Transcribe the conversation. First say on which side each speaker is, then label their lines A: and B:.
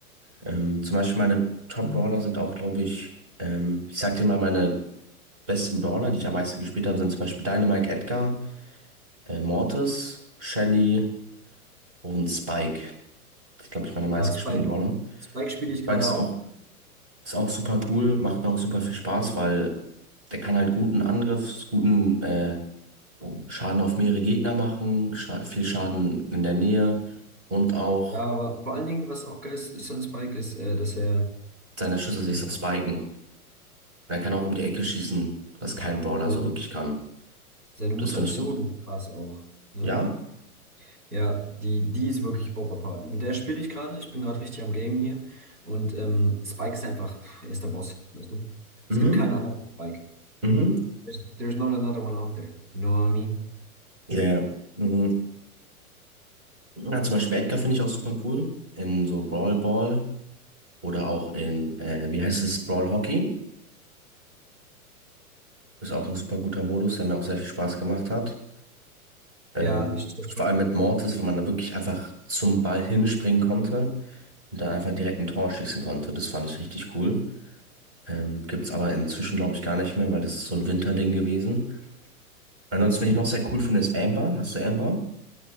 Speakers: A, on the right (about 30°); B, on the right (about 75°).
A: Ähm, zum Beispiel meine Top-Brawler sind auch, glaube ich, ähm, ich sag dir mal, meine besten Brawler, die ich am meisten gespielt habe, sind zum Beispiel Dynamite Edgar, äh, Mortis, Shelly und Spike. Das sind, glaube ich, meine meistgespielten
B: Ja, Spike.
A: Brawler.
B: Spike spiele ich
A: Spike
B: gerade
A: ist
B: auch.
A: auch, ist auch super cool, macht mir auch super viel Spaß, weil der kann halt guten Angriff, guten äh, Schaden auf mehrere Gegner machen, scha viel Schaden in der Nähe und auch
B: Ja, aber vor allen Dingen, was auch geil ist, ist an Spike, ist, äh, dass er
A: Seine Schüsse sich
B: äh,
A: so spiken. Er kann auch um die Ecke schießen, was kein Brawler
B: seine,
A: so wirklich kann.
B: seine Mutation
A: Das finde ich ganz.
B: krass auch. Ne?
A: Ja?
B: Ja, die, die ist wirklich overpowered. Mit der spiele ich gerade. Ich bin gerade richtig am Game hier. Und ähm, Spike ist einfach, pff, er ist der Boss. Weißt du?
A: Mhm.
B: Es gibt keinen anderen als Spike.
A: Mhm.
B: There's, there's not another one out there. You know what I mean?
A: Ja, ja. Mhm. Ja, zum Beispiel Edgar finde ich auch super cool. In so Brawl Ball oder auch in, äh, wie heißt es, Brawl Hockey. Ist auch ein super guter Modus, der mir auch sehr viel Spaß gemacht hat. Ähm,
B: Ja, ich check schon.
A: vor allem mit Mortis, wo man da wirklich einfach zum Ball hinspringen konnte und dann einfach direkt ein Tor schießen konnte. Das fand ich richtig cool. Ähm, gibt's aber inzwischen, glaube ich, gar nicht mehr, weil das ist so ein Winterding gewesen. Ansonsten, wen ich noch sehr cool finde, ist Amber. Hast du Amber?